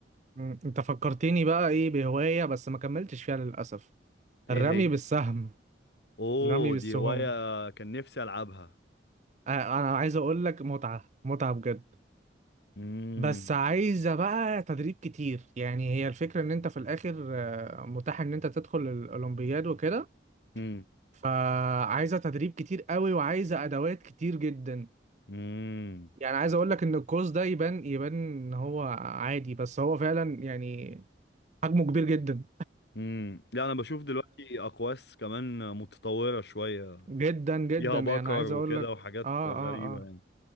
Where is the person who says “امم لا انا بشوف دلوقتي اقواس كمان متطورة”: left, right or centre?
Left